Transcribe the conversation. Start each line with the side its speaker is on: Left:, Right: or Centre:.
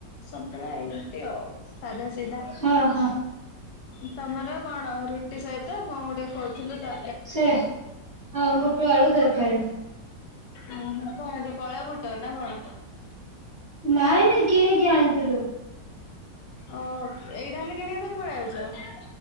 Left: ସନ୍ତୁଳା ଏମତି ଆଉ। ସାଧା ସିଧା।
Right: ହଁ ହଁ
Left: ତମର କଣ ରୁଟି ସହିତ କଣ ଗୋଟେ କହୁଥିଲୁ ତ
Right: ସେ ହଁ ବୁଟ ଆଳୁ ତରକାରୀ
Left: ଉ କଣ ଯେ କଳା ଵୁଟ ନା କଣ?
Right: ନାଇଁ ନାଇଁ କିଣିକି ଆଣିଥିଲୁ
Left: ଓହୋ ଏଇଟା ହେଲେ କିଣ ତାର ପଳେଇ ଯାଉଛ